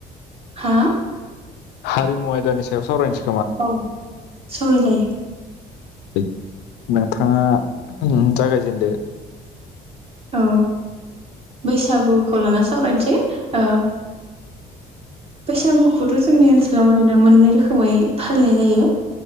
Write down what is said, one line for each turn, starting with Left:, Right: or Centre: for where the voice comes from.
Right: हा?
Left: हारिमु आयदानि सायाव सावरायनस
Right: औ औ सावराय जायो।
Left: दे नोंथाङा उम जागायजेनदो।
Right: औ बैसागुखौ लानानानै सावरायनसै ओ। बैसागुखौथ' जोंनि ओनसोलाव ओरैनो मोननै रोखोमै फालिनाय जायो।